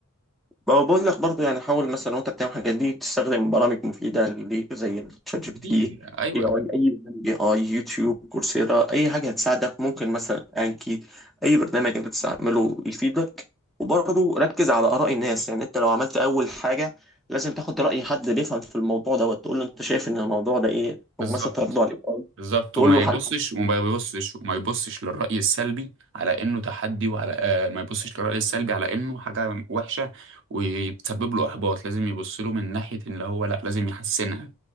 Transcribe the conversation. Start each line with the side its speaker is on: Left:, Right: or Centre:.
Centre: ما هو بقول لك برضه يعني حاول مثلا وانت بتعمل الحاجات دي تستخدم برامج مفيده ليك زي الشات جي بي
Right: اكيد
Centre: تي
Right: ايوه
Centre: اي اي اي برنامج اي اي يوتيوب كورسيرا اي حاجه هتساعدك ممكن مثلا انكي اي برنامج انت تستعمله يفيدك وبرضه ركز على اراء الناس يعني انت لو عملت اول حاجه لازم تاخد راي حد بيفهم في الموضوع ده وتقول له انت شايف ان الموضوع ده ايه
Right: بالظبط
Centre: او مثلا تعرضه على الاي
Right: بالظبط
Centre: تقول
Right: وما
Centre: له
Right: يبصش
Centre: حل
Right: وما يبصش وما يبصش للرأي السلبي على انه تحدي وعلى آه ما يبصش للرأي السلبي على انه حاجة وحشة ويسبب له احباط لازم يبص له من ناحية ان هو لا لازم يحسنها